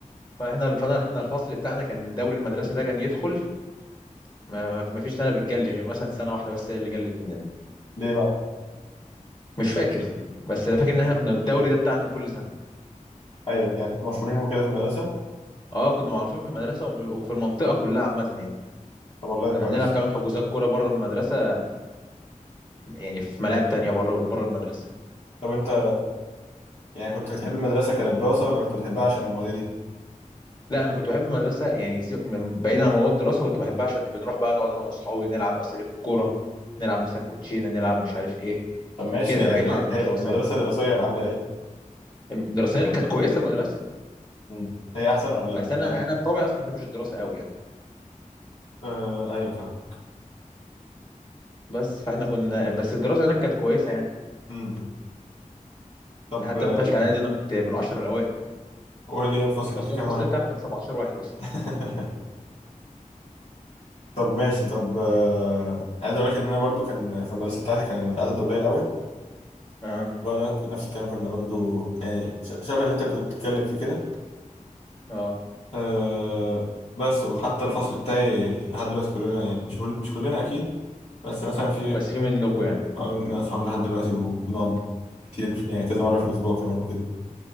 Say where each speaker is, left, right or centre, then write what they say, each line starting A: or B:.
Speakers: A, on the left; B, on the left.
A: فاحنا فانا احنا الفصل بتاعنا كان دوري المدرسه ده كان يدخل ما ما- ما فيش سنه بتجلي غير مثلا سنه واحده بس هي اللي جلت مننا
B: ليه بقى؟
A: مش فاكر بس انا فاكر ان احنا كنا الدوري ده بتاعنا كل سنه
B: ايوه يعني كنتوا مشهورين وكده في المدرسه؟
A: اه كنا معروفين في المدرسه وم- وفي المنطقه كلها عامه يعني
B: طب والله
A: كنا
B: ده كويس
A: بنلعب كمان حجوزات كوره بره المدرسه يعني في ملاعب تانية بره بره المدرسه
B: طب انت يعني كنت بتحب المدرسه كدراسه ولا كنت بتحبها عشان المواضيع دي؟
A: لا انا كنت بحب المدرسه يعني سيبك من بعيد عن موضوع الدراسه كنت بحبها عشان بنروح بقى نقعد انا واصحابي نلعب اسئله الكوره نلعب مثلا كوتشينه نلعب مش عارف ايه
B: طب ماشي
A: كده
B: يعني
A: بعيد عن
B: إيه-
A: الدراسه
B: إيه المدرسه دراسيا عامله ايه؟
A: يعني دراسيا كانت كويسه المدرسه
B: مم. هي احسن ولا
A: بس
B: التانيه؟
A: انا انا بطبعي اصلا ما بحبش الدراسه قوي يعني
B: آه ايوه فاهم
A: بس فاحنا كنا بس الدراسه هناك كانت كويسه يعني
B: مم. طب
A: حتى
B: آه
A: في ثالثه اعدادي انا كنت من العشر الاوائل
B: قول لي الفصل كان
A: بس
B: فيه
A: هو
B: كام
A: الفصل
B: واحد؟
A: بتاعنا كان 17 واحد اصلا
B: <laughs> طب ماشي طب آه عايز اقول لك ان انا برضو كان في المدرسه بتاعتي كان العدد قليل قوي
A: اه
B: برضه نفس الكلام كنا برضه يعني ش- شبه اللي انت بتتكلم فيه كده
A: اه
B: أه بس وحتى الفصل بتاعي لحد دلوقتي كلنا يعني مش كل- مش كلنا اكيد بس مثلا في
A: بس في منكم يعني
B: آه، من اصحاب لحد دلوقتي بنقعد كتير في- يعني كذا مره في الاسبوع كمان وكده